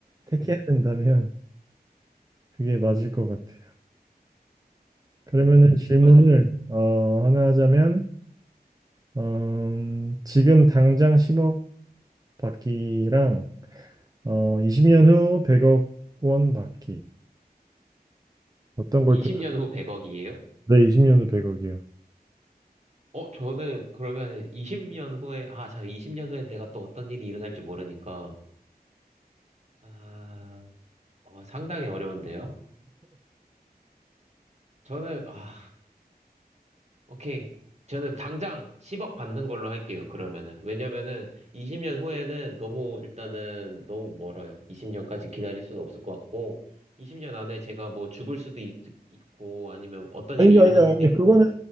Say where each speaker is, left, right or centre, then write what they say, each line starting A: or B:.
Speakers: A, on the right; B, on the right.
A: 택해야
B: 음,
A: 된다면, 그게 맞을 것 같아요. 그러면은
B: 음,
A: 질문을,
B: 맞아요.
A: 어, 하나 하자면, 음, 지금 당장 10억 받기랑, 어, 20년 후 100억 원 받기. 어떤 걸
B: 20년
A: 택할?
B: 후 100억이에요?
A: 네, 20년 후 100억이요.
B: 어, 저는 그러면 20년 후에, 아, 자, 20년 후에 내가 또 어떤 일이 일어날지 모르니까, 아, 어, 상당히 어려운데요. 저는, 아, 오케이. 저는 당장 10억 받는 걸로 할게요, 그러면은. 왜냐면은 20년 후에는 너무, 일단은 너무 멀어요. 20년까지 기다릴 수는 없을 것 같고, 20년 안에 제가 뭐 죽을 수도 있, 있고, 아니면 어떤
A: 아니,
B: 일이 일어날
A: 아니,
B: 수도
A: 아니,
B: 있고,
A: 그거는